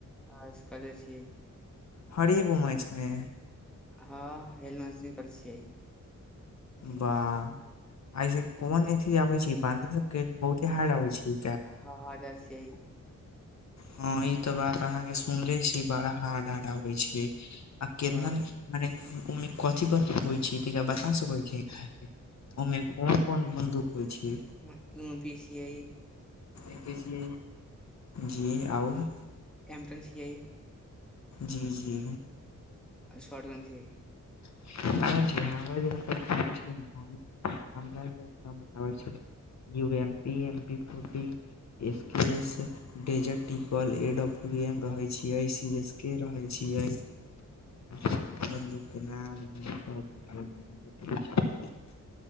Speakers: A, in the centre; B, on the left.
A: आज केले छीये
B: हरेगो मैच मे
A: ह ए मे से निकालय छीये
B: बाह ऐस कोन ए अथी आबै छै बांध बहुत बिहार आबै छै
A: हँ हजार छियै
B: ह ई तऽ बात अहाँ के सुनले छी बड़ा हार्ड ए आबय छीये आ केना
A: हँ
B: मने उमे कथी कथी होइ छै ता बता सकैत छै अहाँ के अमे कोन कोन बन्दूक होइ छै
A: यू पी छियै
B: एके से छीये जी आओर
A: एमटन छियै
B: जी जी
A: आ शर्ट क छियै
B: <unintelligible> बबै छै U M P M P फी एस के एस डजर्टिकॉल एडब ए रहे छ सी एस के रहे छ सब बन्दूक <unintelligible>